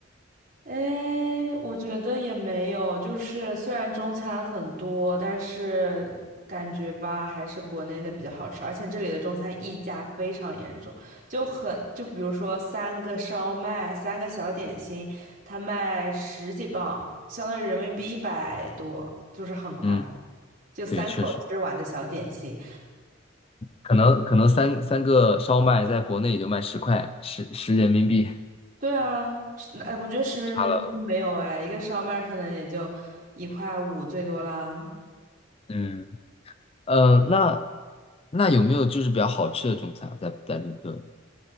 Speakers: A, on the right; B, on the left.
A: 诶，我觉得也没有，就是虽然中餐很多，但是感觉吧，还是国内的比较好吃，而且这里的中餐溢价非常严重，就很，就比如说三个烧麦，三个小点心，它卖十几磅，相当于人民币一百多，就是很夸张，
B: 嗯，
A: 就三口吃完的小点心。
B: 对，确实，可能可能三三个烧麦在国内也就卖十块，十十人民币，
A: 对啊，是那我觉得十人民币都没有哎，
B: 差了。
A: 一个烧麦可能也就一块五最多啦。
B: 嗯。呃，那那有没有就是比较好吃的中餐啊在在伦敦？